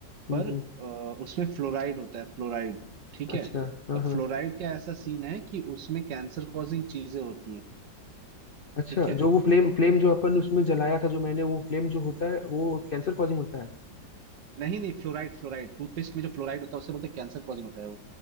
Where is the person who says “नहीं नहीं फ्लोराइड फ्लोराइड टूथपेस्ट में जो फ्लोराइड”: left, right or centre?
Right